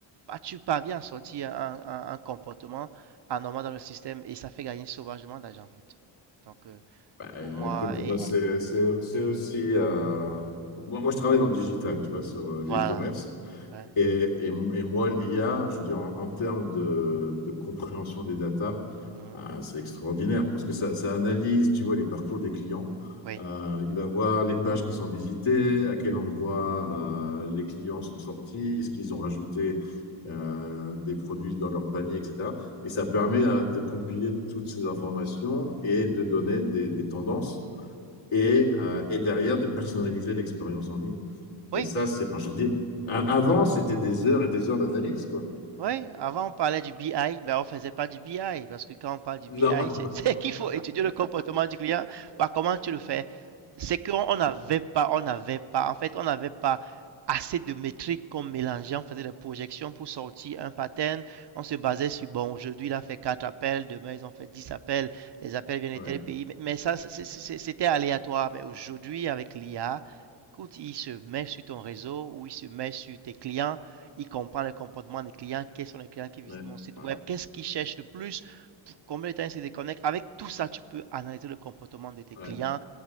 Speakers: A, on the right; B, on the left.
A: bah, tu parviens à sortir un, un- un comportement anormal dans le système et ça fait gagner sauvagement d'argent, en fait. Donc, euh,
B: Bah, euh,
A: pour moi.
B: écoute, moi,
A: Et
B: c'est c'est- c'est aussi. euh, Moi, moi, je travaille dans le digital, tu vois, sur euh,
A: voilà.
B: l'e-commerce.
A: Ouais.
B: Et, et- et moi, l'IA, je veux dire, en, en termes de, de compréhension des datas,
A: Mhm.
B: euh, c'est extraordinaire parce que ça, ça analyse, tu vois, les parcours des clients.
A: Oui.
B: Euh, il va voir les pages qui sont visitées, à quel endroit euh, les clients sont sortis, ce qu'ils ont rajouté euh, des produits dans leur panier, etc. Et ça permet euh, de compiler toutes ces informations et de donner des, des tendances et, euh, et derrière de personnaliser l'expérience en ligne.
A: Oui,
B: Et ça, c'est, enfin, je dis, avant, c'était des heures et des heures d'analyse, quoi.
A: Oui, avant on parlait du BI, mais on faisait pas du BI, parce que quand on parle du BI,
B: Non.
A: c'est <laughs> c'est qu'il faut étudier le comportement du client. Bah, comment tu le fais? C'est qu'on on n'avait pas, on n'avait pas, en fait, on n'avait pas assez de métriques qu'on mélangeait, on faisait des projections pour sortir un pattern, on se basait sur, bon, aujourd'hui, il a fait 4 appels, demain, ils ont fait 10 appels, les appels viennent de
B: Ouais,
A: tel Ouais. pays, mais, mais ça, c'est- c'est- c'était aléatoire, mais aujourd'hui, avec l'IA, écoute, il se met sur ton réseau ou il se met sur tes clients, il comprend le comportement des clients, quels sont les clients qui visitent
B: ouais,
A: mon site
B: ouais,
A: web, qu'est-ce qu'ils cherchent le plus, pour combien de temps ils se déconnectent. Avec tout ça, tu peux analyser le comportement de tes
B: ouais.
A: clients,